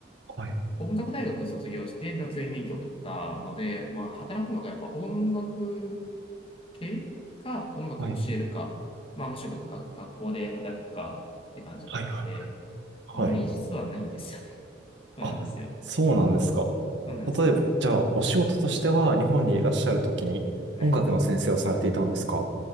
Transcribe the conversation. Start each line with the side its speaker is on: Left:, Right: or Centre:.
Right: はい、
Left: 音楽大学卒業して、まあ教員免許を取ったので、まあ、働くのがやっぱ音楽系か、音楽を教えるか、
Right: はい、
Left: まあ、もしくはが学校で働くかって感じだったので、
Right: はい、はい。はい。
Left: あんまり実はないんですよね。<laughs> そうなんですよ。
Right: あ、そうなんですか。
Left: そうなんです。
Right: 例えば、
Left: そうなんです
Right: じゃあ、お仕事としては日本にいらっしゃるときに音楽の先生をされていたんですか
Left: はい。